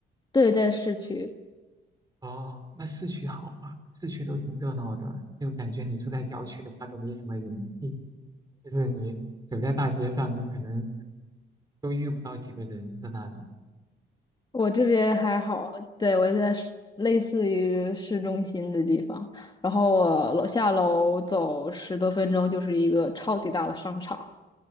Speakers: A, on the left; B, on the right.
A: 对，在市区。
B: 哦，那市区好啊，市区都挺热闹的，就感觉你住在郊区的话都没什么人气，就是你走在大街上，你可能都遇不到几个人的那种。
A: 我这边还好，对，我在市类似于市中心的地方，然后我楼下楼走十多分钟就是一个超级大的商场。